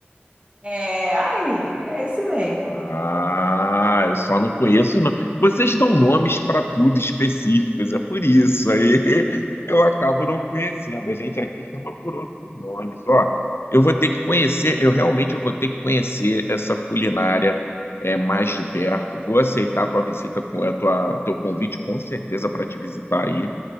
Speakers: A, on the right; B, on the left.
A: É, aí, é esse mesmo.
B: Ah, eu só não conheço. Não. Vocês dão nomes para tudo específicos, é por isso. Aí <laughs> eu acabo não conhecendo. A gente aqui chama por outros nomes. Ó, eu vou ter que conhecer, eu realmente eu vou ter que conhecer essa culinária é, mais de perto. Vou aceitar a tua visita, com- a tua, teu convite com certeza para te visitar aí,